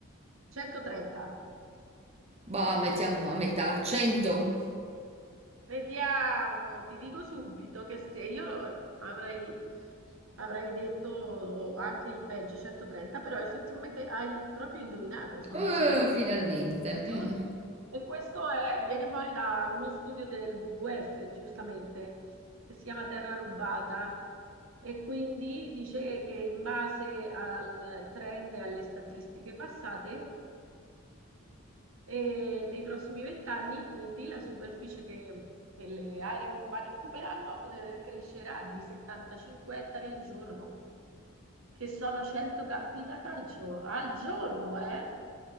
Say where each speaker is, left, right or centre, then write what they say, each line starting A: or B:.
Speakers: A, on the right (about 75°); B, on the right (about 30°).
A: 130.
B: Bah, mettiamo a metà, 100.
A: Vediamo, ti dico subito che se io eh, avrei, avrei detto anche il peggio, 130, però effettivamente hai proprio indovinato, sono
B: Eh,
A: 100
B: finalmente.
A: al giorno.
B: Mm.
A: E questo è- viene fuori da uno studio del WWF, giustamente, che si chiama Terra Rubata. E quindi dice che in base al trend e alle statistiche passate, e nei prossimi vent'anni, quindi, la superficie che, che le aree urbane occuperanno, eh, crescerà di 75 ettari al giorno, che sono 100 campi da calcio al giorno, eh?